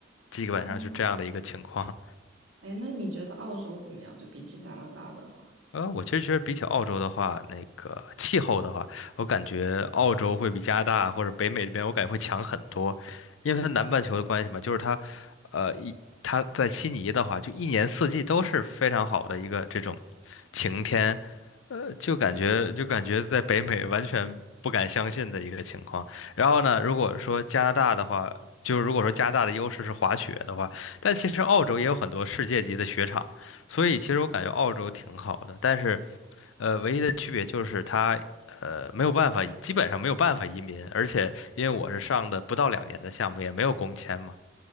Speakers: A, on the left (about 80°); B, on the right (about 80°).
A: 基本上是这样的一个情况。
B: 啊。哎，那你觉得澳洲怎么样？就比起加拿大的话，
A: 呃，我其实觉得比起澳洲的话，那个气候的话，我感觉澳洲会比加拿大或者北美这边，我感觉会强很多，因为它南半球的关系嘛，就是它，呃，一它在悉尼的话，就一年四季都是非常好的一个这种晴天，呃，就感觉就感觉在北美完全不敢相信的一个情况。然后呢，如果说加拿大的话，就是如果说加拿大的优势是滑雪的话，但其实澳洲也有很多世界级的雪场。所以其实我感觉澳洲挺好的，但是呃，唯一的区别就是它呃没有办法，基本上没有办法移民，而且因为我是上的不到两年的项目，也没有工签嘛。